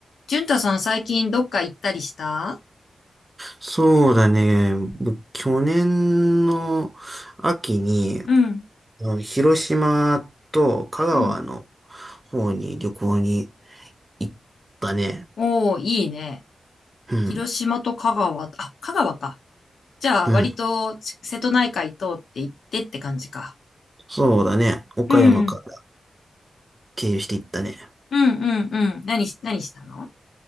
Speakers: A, on the left; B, on the right.
A: 淳太さん最近どっか行ったりした
B: そうだね。僕、去年の秋に、
A: うん、
B: あの広島と香川の
A: うん。
B: 方に旅行に行ったね。
A: おー、いいね。
B: うん。
A: 広島と香川、あ、香川か。じゃあ割とち瀬戸内海通って行ってって感じか。
B: うん。そうだね。岡山から
A: うん、うん、
B: 経由して行ったね。
A: うん、うん、何し、何したの